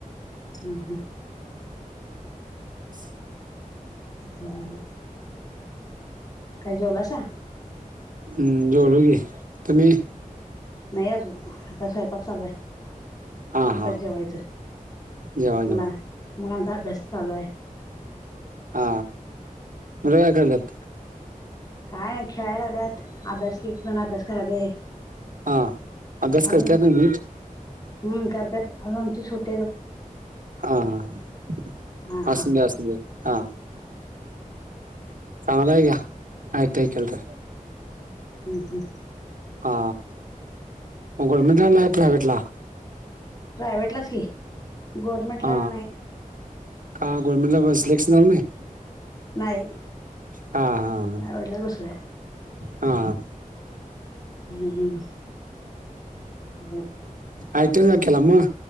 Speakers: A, on the left; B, on the right.
A: हम्म,
B: छछ <inaudible>
A: ह काय जेवलासा?
B: हम्म जेवलो की तुम्ही.
A: नाही अजून, आत्ता स्वयंपाक चालू आहे
B: हा
A: आता
B: हा
A: जेवायचं
B: जेवा जेवा
A: मुलां, मुलांचा अभ्यास चालू आहे,
B: हा मुलं काय कराल्यात?
A: काय नाही खेळाल्यात अभ्यास एक जण अभ्यास करालयं.
B: हा, अभ्यास
A: अजून
B: करत्यात ना नीट
A: ह् करत्यात अजून आमची छोटी,
B: हा ह्
A: हा
B: असू
A: हा
B: देत असू देत हा, चांगलं हाय घ्या आयटिया केलं तर.
A: हम्म ह,
B: हा मग गव्हरमेंट ला घातलाय काय प्रायव्हेट ला?
A: प्रायव्हेटलाच की गोरर्मेंटला
B: हा
A: नाही.
B: का गव्हरमेंट ला सिलेक्शन झालं नाही.
A: नाही,
B: हा हा
A: प्रायव्हेटलाच बसवलाय
B: हा हा,
A: हा हा हा बरं,
B: आयटया का केला मग?